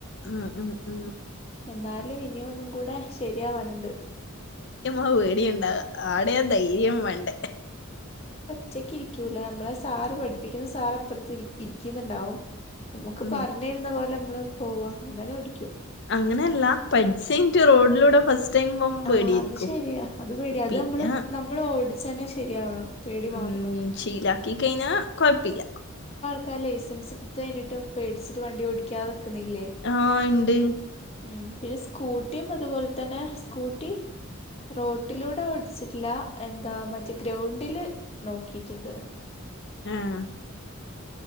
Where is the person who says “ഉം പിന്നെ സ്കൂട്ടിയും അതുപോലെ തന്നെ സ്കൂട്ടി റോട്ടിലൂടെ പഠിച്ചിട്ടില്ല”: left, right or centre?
Left